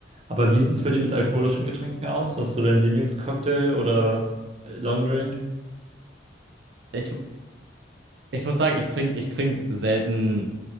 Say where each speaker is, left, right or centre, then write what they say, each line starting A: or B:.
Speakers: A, on the right; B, on the right.
A: Aber wie sieht's bei dir mit alkoholischen Getränken aus? Was ist so dein Lieblingscocktail oder äh, Longdrink?
B: Ich, Ich muss sagen, ich trinke ich trink selten,